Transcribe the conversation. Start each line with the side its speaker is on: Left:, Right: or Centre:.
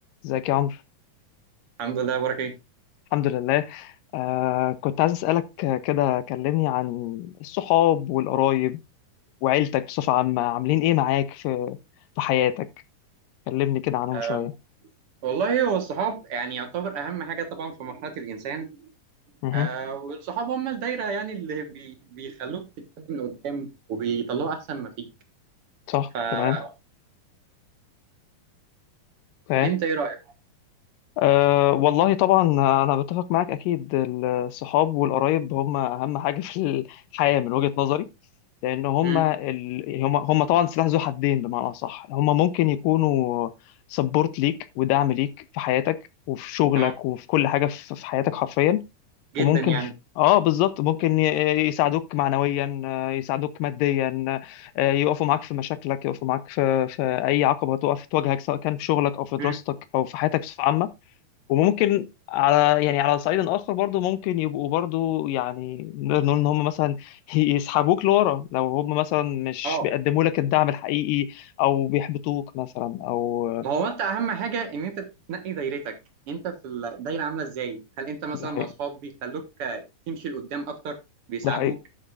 Left: ازيك يا عمرو
Right: الحمد لله بارك ايه
Left: الحمد لله آه كنت عايز اسالك آه، كده كلمني عن الصحاب والقرايب وعيلتك بصفه عامه عاملين ايه معاك في في حياتك كلمني كده عنهم
Right: أه
Left: شويه
Right: والله هو الصحاب يعني يعتبر اهم حاجه طبعا في مرحله الانسان
Left: مه.
Right: أه والصحاب هم الدايره يعني اللي بي بيخلوك تتقدم لقدام وبيطلعوا احسن ما فيك
Left: صح
Right: فانت
Left: تمام اوكي
Right: ايه رايك
Left: آه والله طبعا انا بتفق معاك اكيد الصحاب والقرايب هم اهم حاجه في الحياه من وجهه نظري لان هم
Right: امم
Left: ال... هم هم طبعا سلاح ذو حدين بمعنى اصح هم ممكن يكونوا سبورت ليك ودعم ليك في حياتك وفي شغلك
Right: اه
Left: وفي كل حاجه في في حياتك حرفيا
Right: جدا
Left: وممكن
Right: يعني
Left: في... اه بالظبط ممكن ي- يساعدوك معنويا آه، يساعدوك ماديا آه، يقفوا معاك في مشاكلك يقفوا معاك في في اي عقبه تقف تواجهك سواء كان في شغلك او في دراستك
Right: امم
Left: او في حياتك بصفه عامه وممكن على يعني على صعيد اخر برضو ممكن يبقوا برضو يعني نقدر نقول ان هم مثلا <laughs> يسحبوك لورا لو هم مثلا مش
Right: اه
Left: بيقدموا لك الدعم الحقيقي او بيحبطوك مثلا او
Right: ما هو انت اهم حاجه ان انت تنقي دايرتك انت في الدايره عامله ازاي هل انت مثلا
Left: ده حقيقي
Right: مع اصحاب بيخلوك آه، تمشي لقدام اكتر بيساعدوك
Left: ده حقيقي